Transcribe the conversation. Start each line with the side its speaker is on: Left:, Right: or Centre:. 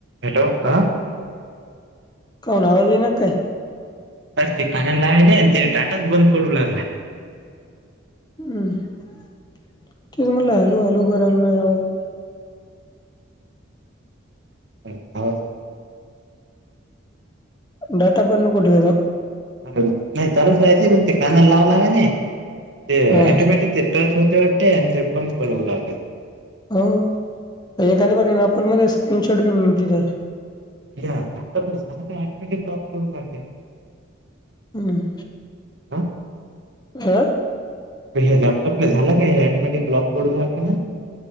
Right: हॅलो! आ?
Left: कावून आवाज यी ना का काय?
Right: तर ते खाण्या <unintelligible> आणि ते डाटाच बंद पडू लागला.
Left: हम्म! तेच म्हटलं हॅलो, हॅलो, कारलो <unintelligible>
Right: हम, आवाज
Left: डाटा बंद नको ठेवत जावू
Right: नाही चालूच <unintelligible> पण ते कांनाला लावला का नई, ते
Left: हा
Right: ऑटोमॅटिक <unintelligible> वाटते आणि ते <unintelligible>
Left: हो, एखाद बर नापूल मध्ये स्क्रीनशॉट बि <unintelligible>
Right: या लॅपटॉप मध्ये झालं काय? ऑटोमॅटिक लॉक होऊन पडतंय.
Left: हम्.
Right: अ?
Left: अं
Right: हे लॅपटॉपला झाल काय, हे ऑटोमॅटिक लॉक पडू लागला ना?